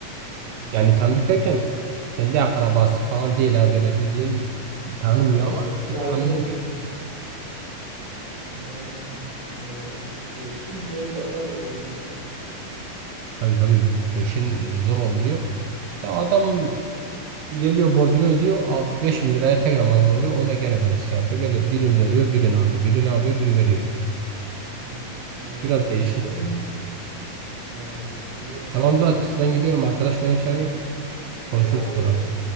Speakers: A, on the right; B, on the right.
A: Hmm,
B: Yani tanıdık
A: bilmiyorum.
B: derken kendi akrabası falan değil ha böyle bildiğin tanımıyor
A: Evet,
B: ama t-
A: daimi.
B: tanınmış.
A: Hmm, anladım. Değişik bir şey. İlk defa duydum bunu.
B: Tabii tabii peşin zor oluyor. Ya adam
A: Hmm,
B: Geliyor borcunu ödüyor. Abi 5 bin liraya tekrar mazot oluyor. Onu da gene veresi yapıyor. Böyle birini veriyor, birini alıyor. Birini alıyor, biri veriyor.
A: hmm, anladım.
B: Biraz değişik.
A: Güzelmiş.
B: gibi.
A: He, iyi
B: E,
A: bakalım.
B: Tamam Zuhat ben gidiyorum. Arkadaş beni çağırıyor.
A: E,
B: Konuşuruz
A: Tamam,
B: sonra.
A: görüşürüz.